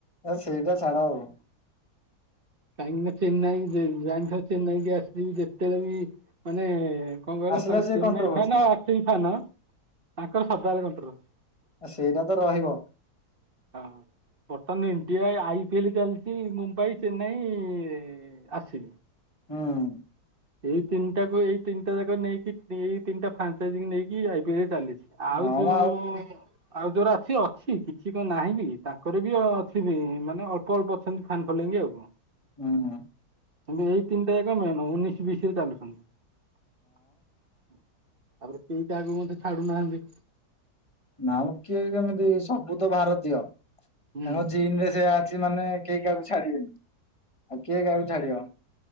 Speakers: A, on the left (about 20°); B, on the right (about 40°).
A: ଏ ସେଇଟା ଛାଡ ଆଉ।
B: କାହିଁକି ନା ଚେନ୍ନାଇ ଜାଣିଥିବ ଚେନ୍ନାଇକି ଆର୍ ସି ବି ଯେତେବେଳେ ବି ମାନେ କଣ କହିଲ
A: ଆସିଲା
B: ତାଙ୍କ
A: ସେ
B: ଚେନାଇ
A: କଣ୍ଟ୍ରୋଭର୍ସି
B: ଫ୍ୟାନ ଆଉ ଆର୍ ସି ବି ଫ୍ୟାନ ତାଙ୍କର ସଦାବେଳେ କଣ୍ଟରଭୂଷି।
A: ଆ ସେଇଟା ତ ରହିବ।
B: ହଁ ବର୍ତ୍ତମାନ ଇଣ୍ଡିଆ ଆଇ ପିଏଲ ଚାଲିଛି Mumbai Chennai R C B.
A: ହୁଁ।
B: ଏଇ ତିନିଟାକୁ ଏଇ ତିନିଟା ଯାକ ନେଇକି ଏଇ ତିନିଟା ଫ୍ରାଞ୍ଚାଇଜ ନେଇକି ଆଇ ପିଏଲରେ ଚାଲିଛି। ଆଉ
A: ହଁ
B: ଯୋଉ
A: ମ
B: ଆଉ ଯୋରା ଅଛି ଅଛି କିଛି କଣ ନାହିଁ ବି ତାଙ୍କର ବି ଅଛି ବି ମାନେ ଅଳ୍ପ ଅଳ୍ପ ଅଛନ୍ତି ଫ୍ୟାନ୍ ଫଲୋଇଂ ଆଉ। କଣ।
A: ଉଁ ହୁଁ।
B: କିନ୍ତୁ ଏଇ ତିନିଟା ଯାକ ମେନ ଉଣେଇଶି ବିଶ ରେ ଚାଲୁଛନ୍ତି। ତାପରେ କେଇ କାହାକୁ ମଧ୍ୟେ ଛାଡୁନାହାନ୍ତି।
A: ନାଉ କିଏ କେମିତି ସବୁ ତ ଭାରତୀୟ ତାଙ୍କ
B: ହୁଁ।
A: ଜିନ ରେ ସେୟା ଅଛି ମାନେ କେହି କାହାକୁ ଛାଡିବେନି ଆଉ କିଏ କାହାକୁ ଛାଡିବ।